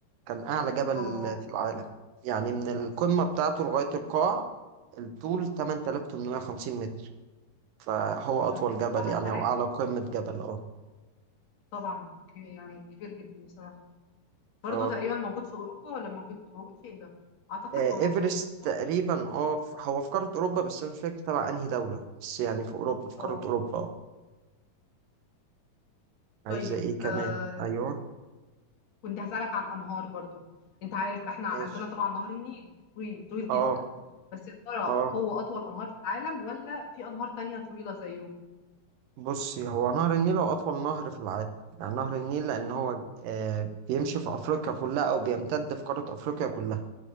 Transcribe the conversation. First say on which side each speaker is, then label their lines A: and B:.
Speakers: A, on the right (about 80°); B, on the left (about 55°).
A: كان أعلى جبل
B: اه
A: في العالم يعني من القمة بتاعته لغاية القاع الطول 8850 متر فهو أطول
B: يا نهاري
A: جبل
B: 8000
A: يعني أو أعلى قمة جبل أه
B: طبعا ك- يعني كبير جدا بصراحة برضو
A: أه
B: تقريبا موجود في أوروبا ولا موجود موجود فين ده؟ أعتقد
A: آه،
B: في أوروبا
A: إيفرست
B: صح؟
A: تقريبا أه ف- هو في قارة أوروبا بس أنا مش فاكر تبع أنهي دولة بس يعني في أوروبا في
B: اه
A: قارة أوروبا أه عايزة
B: طيب
A: إيه كمان
B: آه،
A: أيوه
B: كنت هسألك عن أنهار برضو أنت عارف إحنا
A: ماشي
B: عندنا طبعا نهر النيل طويل طويل جدا
A: أه
B: بس يا ترى
A: أه
B: هو أطول أنهار في العالم ولا في أنهار تانية طويلة زيه؟
A: بصي هو نهر النيل هو أطول نهر في العالم يعني نهر النيل لأن هو آه بيمشي في أفريقيا كلها أو بيمتد في قارة أفريقيا كلها